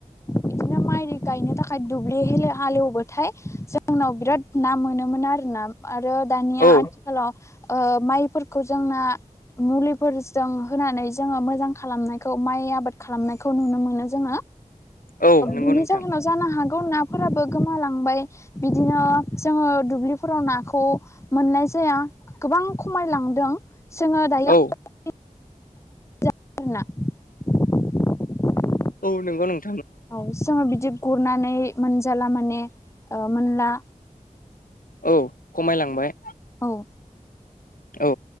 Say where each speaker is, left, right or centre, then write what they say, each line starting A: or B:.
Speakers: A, on the left; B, on the left.
A: बिदिनो माइ गायनो थाखाय दुब्लि हाल एवबाथाय जोंनाव बिराद ना मोनोमोन आरो। आरो दानिया
B: औ
A: आथिखालाव ओ माइफोरखौ जोंना मुलिफोरजों होनानै जोङो मोजां खालामनायखौ माइ आबाद खालामनायखौ नुनो मोनो जोङो।
B: औ नंगौ
A: बिनि
B: नोंथां
A: जाहोनाव जानो हागौ नाफोराबो गोमालांबाय बिदिनो जोङो दुब्लिफोराव नाखौ मोननाय जाया गोबां खमायलांदों जोङो दायो
B: औ
A: <unintelligible>
B: औ नंगौ नों-
A: औ सिगाङाव बिदि गुरनानै मोनजाला माने ओ मोनला
B: औ खमायलांबाय
A: औ
B: औ